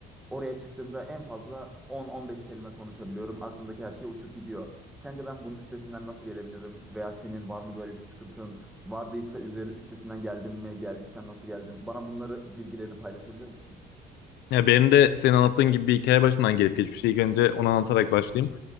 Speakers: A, in the centre; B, on the left (about 85°).
A: Oraya çıktığımda en fazla 10-15 kelime konuşabiliyorum. Aklımdaki her şey uçup gidiyor. Sence ben bunun üstesinden nasıl gelebilirim? Veya senin var mı böyle bir sıkıntın? Vardıysa üzeri, üstesinden geldin mi? Geldiysen nasıl geldin? Bana bunları bilgilerini paylaşabilir misin?
B: Ya benim de senin anlattığın gibi bir hikaye başımdan gelip geçmiş. İlk önce onu anlatarak başlayayım.